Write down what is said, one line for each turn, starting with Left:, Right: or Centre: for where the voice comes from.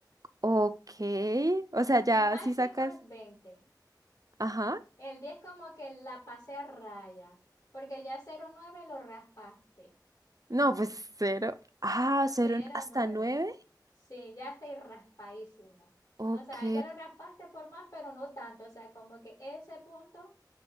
Right: Ok, o sea, ya
Left: El máximo
Right: si sacas,
Left: es veinte
Right: ajá,
Left: El 10 como que la pasé a raya, porque ya cero nueve lo raspaste.
Right: no, pues cero. Ah,
Left: No,
Right: cero
Left: cero
Right: hasta
Left: nueve
Right: 9.
Left: Sí, ya estoy raspadísimo.
Right: Ok,
Left: O sea, ya lo raspaste por más, pero no tanto. O sea, como que ese punto